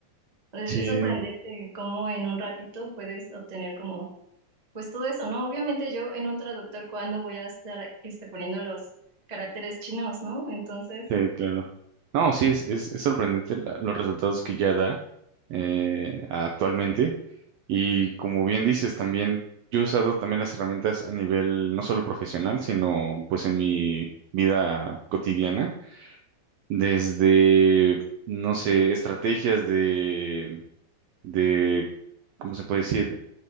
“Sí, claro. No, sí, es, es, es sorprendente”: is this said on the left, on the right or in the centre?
Right